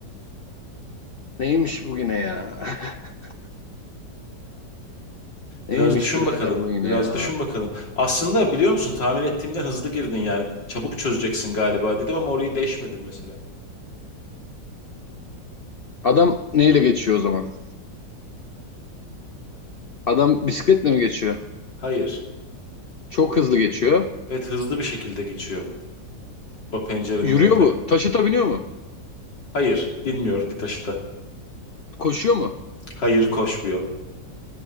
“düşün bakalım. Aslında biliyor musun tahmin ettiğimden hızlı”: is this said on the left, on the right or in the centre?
Left